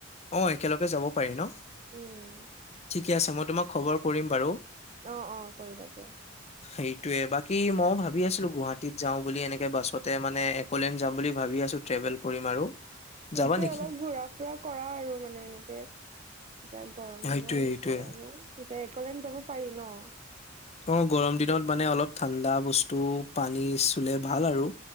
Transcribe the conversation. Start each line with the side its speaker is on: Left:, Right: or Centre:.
Left: অ', একেলগে যাব পাৰি ন।
Right: উম।
Left: ঠিকে আছে মই তোমাক খবৰ কৰিম বাৰু।
Right: অ', অ', কৰিবা দিয়া।
Left: <inaudible> সেইটোৱে বাকী মইয়ো ভাবি আছিলোঁ গুৱাহাটীত যাওঁ বুলি এনেকে বাছতে মানে একলেন যাম বুলি ভাবি আছোঁ ট্ৰেভেল কৰিম আৰু।
Right: সেইটোৱে
Left: যাবা নেকি
Right: অলপ ঘুৰা ফুৰা কৰা আৰু মানে এনেকে। এতিয়া গৰম
Left: সেইটোয়ে
Right: দিনা আহিছিল
Left: সেইটোয়ে
Right: আৰু এতিয়া এক'লেণ্ড যাব পাৰি ন।
Left: অ', গৰম দিনত মানে অলপ ঠাণ্ডা বস্তু পানী চুলে ভাল আৰু।